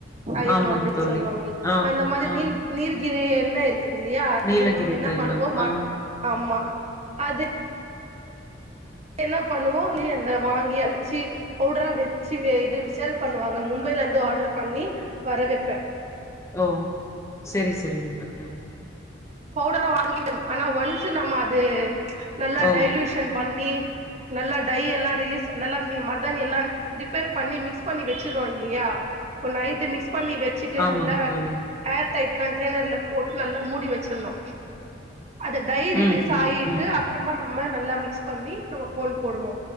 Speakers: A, on the right (about 35°); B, on the left (about 15°).
A: தைலோ
B: ஆமாங்
A: அப்டின்னு
B: தோழி
A: சொல்லுவாங்ள
B: ஆ
A: அந்த மாதிரி
B: ஆ
A: நீ நீர்கிரி எண்ண இரு க்குதுல்லயா
B: நீலகிரி
A: அது நம்ம என்ன
B: தைலம்
A: பண்ணுவோ மட்
B: ஆ
A: ஆமா அது என்ன பண்ணுவோ லி எண்ண வாங்கி அரச்சி பவுடரா வச்சு வே இது சேல் பண்ணுவாங்க மும்பைலந்து ஆர்ட்ரு பண்ணி வர வெப்ப
B: ஓ செரி செரிங்க தோழி
A: பவுடரா வாங்கி ஆனா ஒன்ஸூ நம்ம அது நல்லா
B: ஓ
A: டைல்யூஷன் பண்ணி நல்லா டை எல்லா ரிலீஸ் நல்லா ம மருதானி எல்லா ப்ரீப்பேர் பண்ணி மிக்ஸ் பண்ணி வச்சுருவோ இல்லயா இப்போ நைட்டு மிக்ஸ் பண்ணி வ ச்சுட்டு
B: ஆமாங்
A: நல்லா
B: தோழி
A: ஏர் டைட் கண்டெய்னர்ல போட்டு நல்லா மூடி வச்சிட்ணு அத டை ரிலீஸ்
B: ம் ம்
A: ஆயிட்டு
B: ம்
A: அப்றமா நம்ம நல்லா மிக்ஸ் பண்ணி நம்ம கோன் போடுவோ